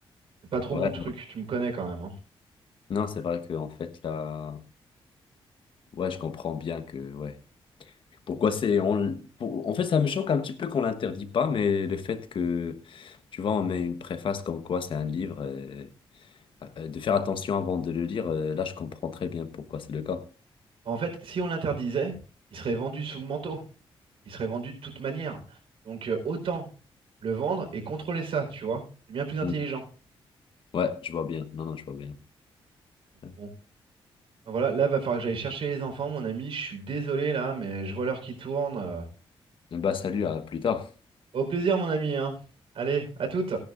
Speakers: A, on the right (about 75°); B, on the left (about 60°).
A: C'est pas trop
B: Ouais,
A: mon truc, tu me connais quand même, hein.
B: non, c'est vrai que en fait, là, ouais, je comprends bien que, ouais. Pourquoi c'est. On... pour- En fait, ça me choque un petit peu qu'on l'interdit pas, mais le fait que, tu vois, on met une préface comme quoi c'est un livre. euh, euh, de faire attention avant de le lire, euh, là, je comprends très bien pourquoi c'est le cas.
A: En fait, si on l'interdisait, il serait vendu sous le manteau. Il serait vendu de toute manière. Donc euh, autant le vendre et contrôler ça, tu vois. C'est bien plus intelligent.
B: Mm. Ouais, je vois bien. Non, non, je vois bien. Ouais.
A: Bon, ben voilà, là, va falloir que j'aille chercher les enfants, mon ami. Je suis désolé là, mais je vois l'heure qui tourne. euh.
B: Bah, salut, à plus tard.
A: Au plaisir, mon ami, hein. Allez, à toutes.